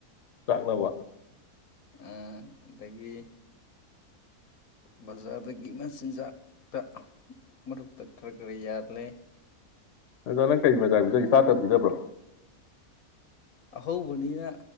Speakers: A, on the left; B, on the left.
A: ꯆꯥꯛꯂꯕ
B: ꯑ ꯑꯗꯒꯤ ꯕꯖꯥꯔꯗꯒꯤ ꯃꯆꯤꯟꯖꯥꯛꯇ ꯃꯔꯛꯇ ꯈꯔ ꯈꯔ ꯌꯥꯜꯂꯦ
A: ꯅꯖ ꯅꯪ ꯀꯔꯤ ꯃꯆꯥꯥ ꯄꯤꯖꯒꯦ ꯏꯇꯥꯇꯔ ꯄꯤꯖꯕ꯭ꯔꯣ
B: ꯑꯍꯧꯕꯅꯤꯅ